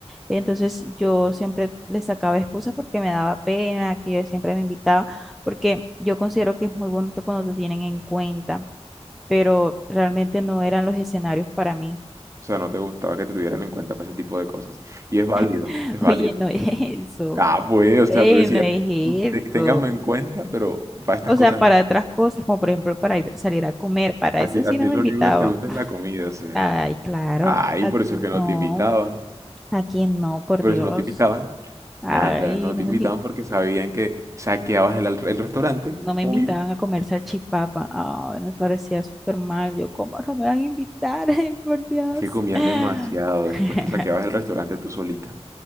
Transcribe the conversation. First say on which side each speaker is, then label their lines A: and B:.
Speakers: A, in the centre; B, on the right (about 25°).
A: Entonces yo siempre le sacaba excusas porque me daba pena, que yo siempre me invitaba, porque yo considero que es muy bonito cuando te tienen en cuenta, pero realmente no eran los escenarios para mí.
B: O sea, no te gustaba que te tuvieran en cuenta para ese tipo de cosas. Y es válido,
A: <laughs>
B: es válido.
A: Oye, no es eso,
B: Ah, pues, o
A: eh,
B: sea, tú decías,
A: no es
B: "Mm, "Te-
A: eso.
B: ténganme en cuenta, pero para estas
A: O
B: cosas
A: sea, para
B: no.
A: otras cosas, como por ejemplo para ir- salir a comer, para eso
B: A ti,
A: sí
B: a ti
A: no me
B: lo
A: invitaban.
B: único que te gusta es la comida, o sea.
A: Ay, claro,
B: Ay,
A: a, a
B: por
A: quién
B: eso es que no
A: no,
B: te invitaban.
A: a quién no, por
B: Por
A: Dios.
B: eso no te invitaban.
A: Ay,
B: Nada, no te
A: no
B: invitaban
A: me invitaban.
B: porque sabían que saqueabas el, al- el restaurante,
A: no me
B: obvio,
A: invitaban a comer salchipapa. Ay, me parecía súper mal. Yo, ¿cómo no me van a invitar? <laughs> Ay, por Dios.
B: que comías
A: <laughs>
B: demasiado. Después te saqueabas el restaurante tú solita.